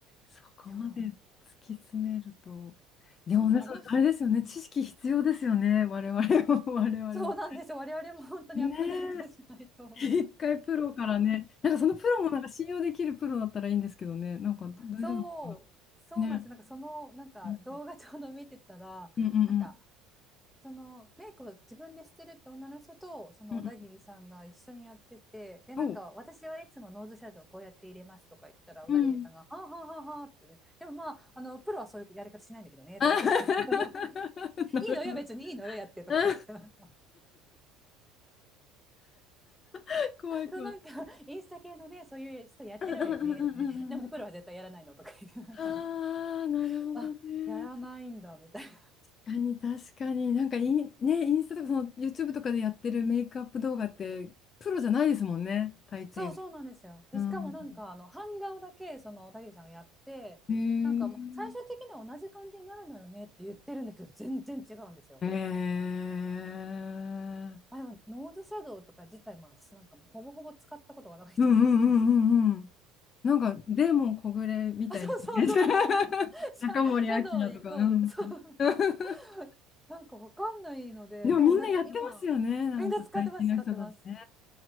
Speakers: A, on the left; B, in the centre.
A: そこまで突き詰めると。
B: やー、
A: でもね、
B: そう、あの人、
A: それあれですよね。知識必要ですよね。我々も、<laughs> 我々も。
B: そうなんですよ。我々も本当にアップデートしないと。
A: ねえ <laughs> 一回プロからね、なんかそのプロもなんか信用できるプロだったらいいんですけどね、なんか大丈夫かな。
B: そう、そうなんですよ。
A: ね。
B: なんかその、なんか動画ちょうど見てたら、
A: うんうんうんうん。
B: <laughs> なんかそのメイクを自分でしてるって女の人と、その小田切さんが一緒にやってて、
A: うんうん。
B: で、なんか私はいつもノーズシャドウこうやって入れますとか言ったら、
A: おう。
B: 小田切さんが、
A: うん。
B: <laughs> はあはあはあはあってね、でもまあ、あの、プロはそういうやり方しないんだけどね、
A: あ
B: とか言って、
A: <laughs>
B: <laughs>
A: なるほど。
B: いいのよ、別にいいのよ、やってとか言って、
A: あ
B: <laughs>
A: <laughs> 怖い怖い。
B: そうなんか、インスタ系のね、そういう人やってるわよね、
A: うんうんうんうんうんうん。
B: でもね、プロは絶対やらないのとか言って、なんか、
A: ああ、なるほどね。
B: <laughs> あ、やらないんだ、みたいな。
A: 確かに確かに。なんかイン、ね、インスタとかその YouTube とかでやってるメイクアップ動画ってプロじゃないですもんね、大抵が。
B: そうそうなんですよ。で、
A: うん。
B: しかもなんかあの版画をだけその小田切さんがやって、
A: へえ。
B: なんかもう最終的には同じ感じになるのよねって言ってるんだけど全然違うんですよ。
A: へえ。
B: まあ、でもノーズシャドウとか自体も私なんかもうほぼほぼ使ったことがないので
A: うんうんうんうんうん。なんか、デーモン小暮みたいなイメージ。
B: <laughs>、あそうそうそうなんですよ。
A: <laughs>
B: <laughs> シャ、
A: 中森明菜とか。
B: シャドウイコールそう
A: うん。<laughs>
B: <laughs> なんかわかんないのででもなんか今みんな使ってます使ってます。
A: でもみんなやってますよね。なんか最近の人たちね。